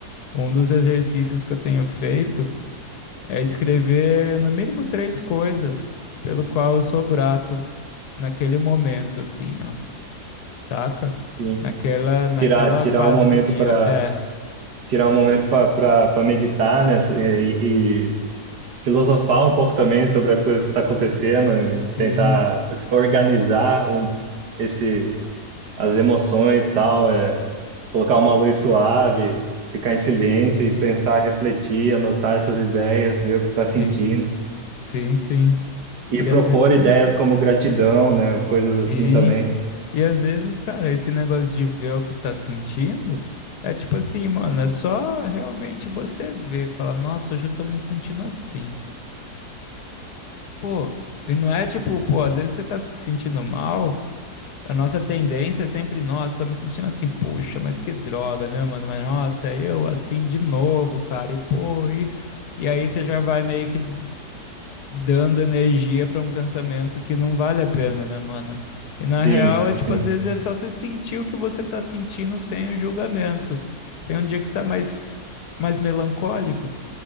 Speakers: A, on the left; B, on the right.
A: um dos exercícios que eu tenho feito é escrever no mínimo três coisas pelo qual eu sou grato naquele momento, assim, ó, saca?
B: assim,
A: Naquela, naquela
B: tirar tirar
A: fase
B: um momento
A: do dia.
B: para
A: É,
B: tirar um momento para meditar, né? so- E, e filosofar um pouco também sobre as coisas que estão acontecendo e
A: sim,
B: tentar assim, organizar um, esse as emoções e tal. É, colocar uma luz suave, ficar em silêncio
A: sim,
B: e pensar, refletir, anotar essas ideias, ver o que está
A: sim,
B: sentindo
A: sim, sim.
B: e
A: E
B: propor
A: às vezes,
B: ideias como gratidão, né? Coisas assim
A: sim.
B: também.
A: E às vezes, cara, esse negócio de ver o que tá sentindo é tipo assim, mano, é só realmente você ver, falar, nossa, hoje eu tô me sentindo assim. Pô, e não é tipo, pô, às vezes você tá se sentindo mal, a nossa tendência é sempre, nossa, tô me sentindo assim, poxa, mas que droga, né, mano? Mas nossa, eu assim de novo, cara, e pô, e, e aí você já vai meio que d- dando energia pra um pensamento que não vale a pena, né, mano? E na
B: Sim,
A: real é tipo,
B: sim.
A: às vezes é só você sentir o que você tá sentindo sem o julgamento. Tem um dia que você tá mais, mais melancólico